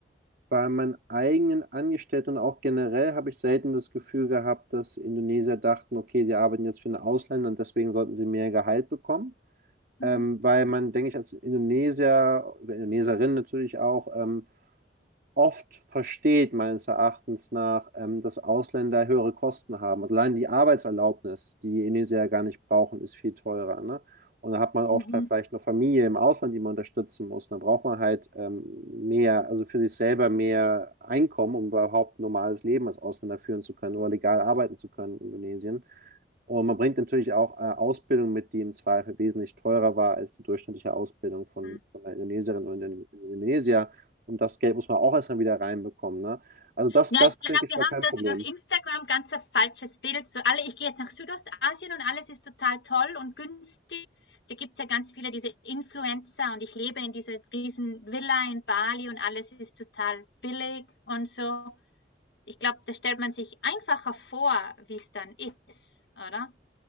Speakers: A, on the right; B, on the left.
A: bei meinen eigenen Angestellten und auch generell habe ich selten das Gefühl gehabt, dass Indonesier dachten, okay, sie arbeiten jetzt für einen Ausländer und deswegen sollten sie mehr Gehalt bekommen.
B: Mhm.
A: Ähm, weil man, denke ich, als Indonesier oder Indoneserin natürlich auch, ähm, oft versteht, meines Erachtens nach, ähm, dass Ausländer höhere Kosten haben. Also allein die Arbeitserlaubnis, die Indonesier ja gar nicht brauchen, ist viel teurer, ne? Und da hat man oft
B: Mhm.
A: halt vielleicht eine Familie im Ausland, die man unterstützen muss. Dann braucht man halt ähm, mehr, also für sich selber mehr Einkommen, um überhaupt ein normales Leben als Ausländer führen zu können oder legal arbeiten zu können in Indonesien. Und man bringt natürlich auch äh, Ausbildung mit, die im Zweifel wesentlich teurer war als die durchschnittliche Ausbildung von,
B: Mhm.
A: von einer Indonesierin oder einem Indonesier. Und das Geld muss man auch erstmal wieder reinbekommen. Ne? Also das,
B: Ja,
A: das,
B: ich glaube,
A: denke ich,
B: wir
A: war
B: haben
A: kein
B: da
A: Problem.
B: so durch Instagram ganz ein falsches Bild. So alle, ich gehe jetzt nach Südostasien und alles ist total toll und günstig. Da gibt's ja ganz viele diese Influencer und ich lebe in dieser riesen Villa in Bali und alles ist total billig und so. Ich glaube, da stellt man sich einfacher vor, wie es dann ist, oder?